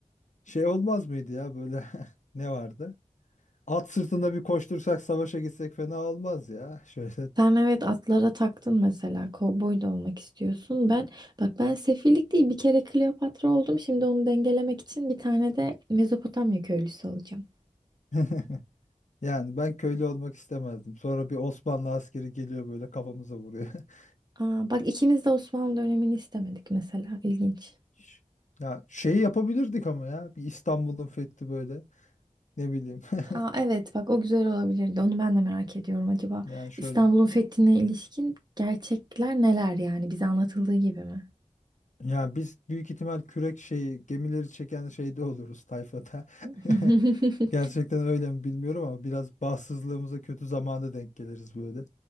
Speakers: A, on the left; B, on the right.
A: Şey olmaz mıydı ya böyle <laughs> ne vardı? At sırtında bir koştursak savaşa gitsek fena olmaz ya. Şöyle
B: Sen evet atlara taktın mesela. Kovboy da olmak istiyorsun. Ben bak ben sefillik değil bir kere Kleopatra oldum. Şimdi onu dengelemek için bir tane de Mezopotamya köylüsü olacağım.
A: <laughs> Yani ben köylü olmak istemezdim. Sonra bir Osmanlı askeri geliyor böyle kafamıza vuruyor. <laughs>
B: Aa, bak ikimiz de Osmanlı dönemini istemedik mesela. İlginç.
A: Ş- Ya şeyi yapabilirdik ama ya bir İstanbul'un fethi böyle ne bileyim <laughs>
B: Aa, evet bak o güzel olabilirdi. Onu ben de merak ediyorum. Acaba
A: yani şöyle
B: İstanbul'un fethine ilişkin gerçekler neler yani? Bize anlatıldığı gibi mi?
A: yani biz büyük ihtimal kürek şeyi gemileri çeken şeyde oluruz tayfada
B: <laughs>
A: <laughs> gerçekten öyle mi bilmiyorum ama biraz bahtsızlığımıza kötü zamanda denk geliriz böyle